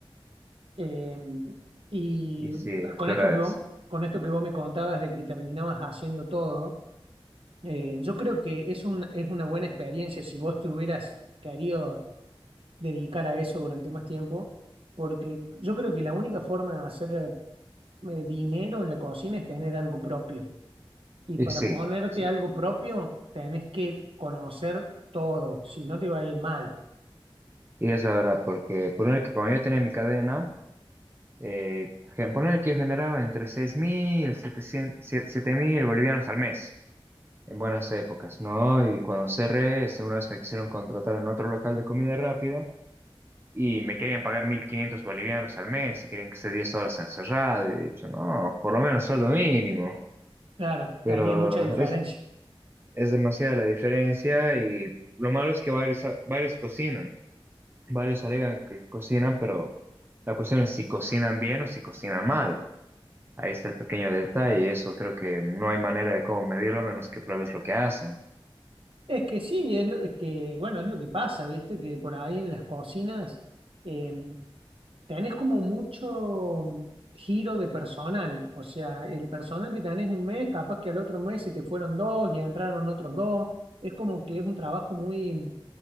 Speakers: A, on the right; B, on the right.
A: Eh, y
B: y sí, la
A: eh, con
B: verdad
A: esto que vos,
B: es.
A: con esto que vos me contabas de que terminabas haciendo todo, eh, yo creo que es una, es una buena experiencia si vos te hubieras querido dedicar a eso durante más tiempo, porque yo creo que la única forma de hacer eh, dinero en la cocina es tener algo propio. Y
B: Y
A: para
B: sí,
A: ponerte
B: sí.
A: algo propio, tenés que conocer todo, si no te va a ir mal.
B: Y es la verdad, porque poner que cuando yo tenía mi cadena, eh, gen- poner que yo generaba entre 6.000 y 7.000 bolivianos al mes, en buenas épocas, ¿no? Y cuando cerré, este, una vez me quisieron contratar en otro local de comida rápida. Y me querían pagar 1.500 bolivianos al mes y querían que esté 10 horas encerrado. Y he dicho, no, por lo menos sueldo mínimo.
A: Claro,
B: Pero
A: tenía mucha diferencia.
B: es, es demasiada la diferencia y lo malo es que varios, varios cocinan. Varios alegan que cocinan, pero la cuestión es si cocinan bien o si cocinan mal. Ahí está el pequeño detalle y eso creo que no hay manera de cómo medirlo a menos que pruebes lo que hacen.
A: Es que sí, es lo es que, bueno, es lo que pasa, ¿viste? Que por ahí en las cocinas eh, tenés como mucho giro de personal. O sea, el personal que tenés un mes, capaz que al otro mes se te fueron dos y entraron otros dos. Es como que es un trabajo muy